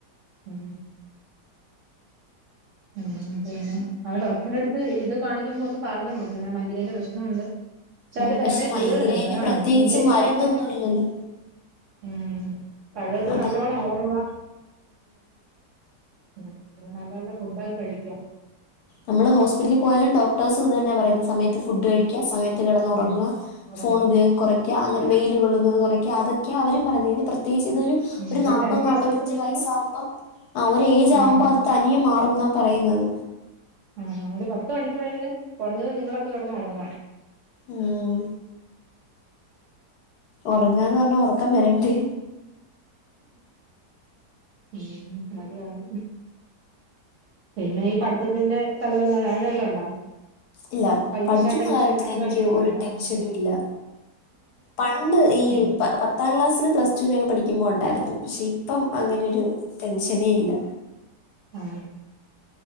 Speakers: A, on the right; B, on the left.
A: ഉ ഉ ഉം പിന്നെ ആ ഡോക്ടറിന്റെ അടുത്ത് ഇത് കാണിക്കുമ്പോ ഒന്ന് പറഞ്ഞ് നോക്ക്‌ പിന്നെ മൈഗ്രൈന്റെ പ്രശ്നമുണ്ട് ച്ചാലും
B: ഉം, പക്ഷെ
A: വേറെയും
B: മൈഗ്രെയിന്
A: ഗുളികള് തരും അതാണ്
B: പ്രത്യേകിച്ച്
A: ഇംഗ്ലീഷ്മരുന്നെക്കെ
B: മരുന്നൊന്നും ഇല്ലല്ലോ
A: ഉം കഴിവതും
B: അത്
A: നല്ലോണം ഉറങ്ങുവ ഉ നല്ല നല്ല ഫുഡ്‌ ഒക്കെ കഴിക്കാം
B: നമ്മള് ഹോസ്പിറ്റലിൽ പോയാലും ഡോക്ടേഴ്സും ഇത് തന്നാ പറയുന്നെ സമയത്ത് ഫുഡ് കഴിക്കുക സമയ ത്ത് കിടന്നുറങ്ങുക
A: ഉം ഒറങ്ങുക
B: ഫോൺ ഉപയോഗം കുറയ്ക്കുക അങ്ങനെ
A: ഒരു
B: വെയിൽ കൊള്ളുന്നത് കുറയ് അതൊക്കെയാ അതൊക്കയാ അവരും പറഞ്ഞെ ഇതിന് പ്ര പ്രത്യേകിച്ച് ഇതൊരു
A: ഉം
B: ഒരു നാപ്പത്
A: ടെൻ
B: നാപ്പത്തഞ്ച്
A: അവേഴ്സ് എങ്കിലും
B: വയസ് ആകുമ്പം ആഹ് ഒരു ഏജ്
A: ആഹ്
B: ആകുമ്പോ അത് തനിയെ മാറും ന്നാ പറയുന്നത്
A: ആ ഒരു പത്ത് മണിക്കുള്ളിലെങ്കിലും കുറഞ്ഞത് നിങ്ങളൊക്കെ കിടന്ന് ഉറങ്ങുവാ
B: ഉം ഒറങ്ങാന്ന് പറഞ്ഞാ ഒറക്കം വരണ്ടേ
A: ഉം അതാണ് പിന്നെ ഈ പഠിത്തത്തിന്റെ തലവേദന അങ്ങനെ വല്ലോം ഉണ്ടോ
B: ഇല്ല
A: പരീക്ഷ
B: പഠിക്കുന്ന
A: ടെൻഷൻ
B: കാര്യത്തിലെനിക്ക്
A: അങ്ങനെ എന്തെലും
B: ഒരു
A: ഉണ്ടോ
B: ടെൻഷനും ഇല്ല പണ്ട് ഈ
A: ഉം
B: പത്താം ക്ലാസ്സിലും പ്ലസ് ടുനൊക്കെ പഠിക്കുമ്പോ ഒ ണ്ടാരുന്നു പക്ഷെ ഇപ്പം അങ്ങനൊരു ടെൻ ഷനെയില്ല
A: ആ